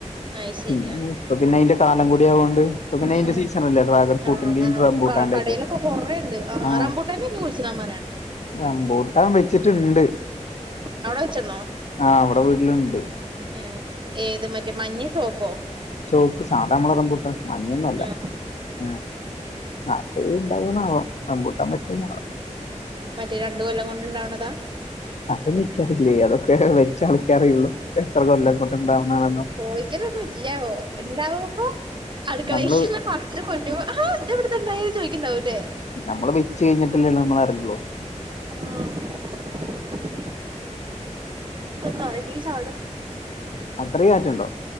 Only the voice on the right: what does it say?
അത് ശരി
ആ
ഉം
ആ ആ
അപ്പൊ ക കടയിലൊക്കെ
കൊറേ ഉണ്ട്
റംബൂട്ടാന് ഇനി കുഴിച്ചിടാൻ പറയണം
അവടെ വെച്ചണോ
ഏ ഏത് മറ്റേ മഞ്ഞേ ചോപ്പോ
ഉം
മറ്റേ രണ്ടു കൊല്ലം കൊണ്ട്ണ്ടാവണതാ
ചോയ്ക്കാലൊന്നും ഇല്ലാവോ ഉണ്ടാവുമ്പോ അടുക്കളയില്ല
പച്ച കൊണ്ടരുപോ ആ അതവിടുന്നാഇണ്ടായേ ചോയിക്ക്ണ്ടാവൂല്ലേ
ആ <unintelligible> തായത്തിക്ക് ചാട്ണ്ട്